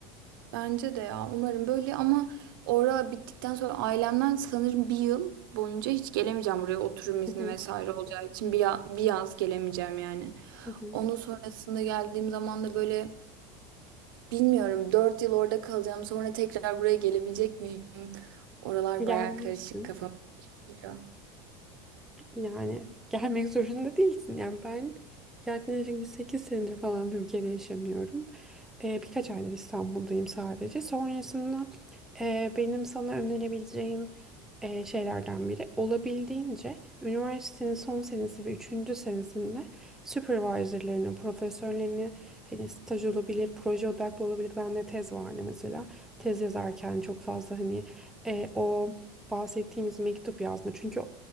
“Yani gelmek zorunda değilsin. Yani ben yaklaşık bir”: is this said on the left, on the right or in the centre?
Centre